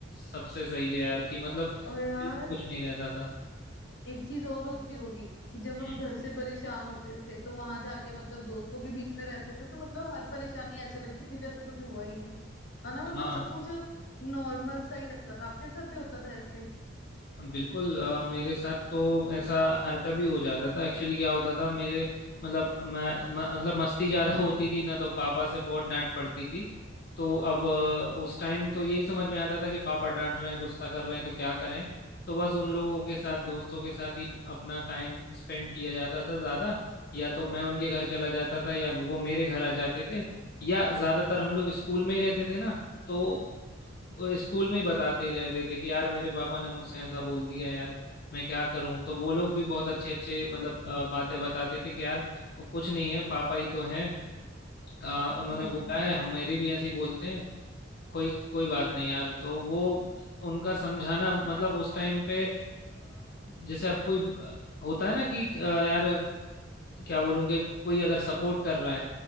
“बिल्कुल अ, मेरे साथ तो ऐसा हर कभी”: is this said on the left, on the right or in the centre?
Left